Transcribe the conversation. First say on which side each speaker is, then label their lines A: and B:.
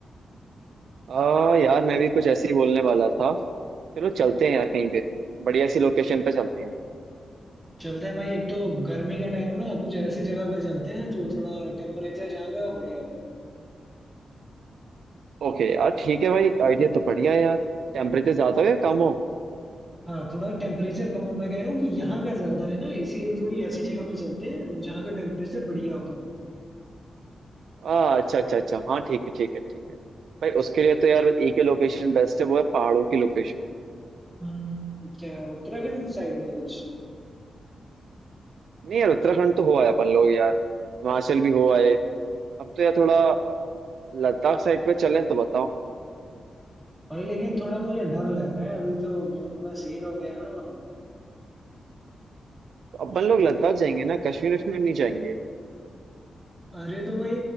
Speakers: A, on the right (about 80°); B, in the centre.
A: आ, यार मैं भी कुछ ऐसे ही बोलने वाला था चलो चलते हैं यार कहीं पे बढ़िया सी लोकेशन पे चलते हैं
B: चलते हैं भाई एक तो गर्मी का टाइम है ना कुछ ऐसी जगह पे चलते हैं जो थोड़ा टेम्परेचर जहाँ का बढ़िया हो
A: ओके यार ठीक है भाई आइडिया तो बढ़िया है यार टेम्परेचर ज्यादा हो या कम हो
B: हाँ थोड़ा टेम्परेचर कम हो मैं कह रहा हूँ कि यहाँ का ज्यादा है ना इसीलिए थोड़ी ऐसी जगह पे चलते हैं जहाँ का टेम्परेचर बढ़िया हो थोड़ा
A: आ, अच्छा अच्छा अच्छा हाँ ठीक है ठीक है ठीक है भाई उसके लिए तो यार एक ही लोकेशन बेस्ट है वो है पहाड़ों की लोकेशन
B: हम्म क्या उत्तराखंड साइड में कुछ
A: नहीं यार उत्तराखंड तो हो आए अपन लोग यार हिमाचल भी हो आए अब तो यार थोड़ा लद्दाख साइड पे चलें तो बताओ
B: भाई लेकिन थोड़ा मुझे डर लग रहा है अभी तो वो इतना सीन हो गया ना वहाँ।
A: तो अपन लोग लद्दाख जाएंगे ना कश्मीर वश्मीर नहीं जाएंगे
B: अरे तो भाई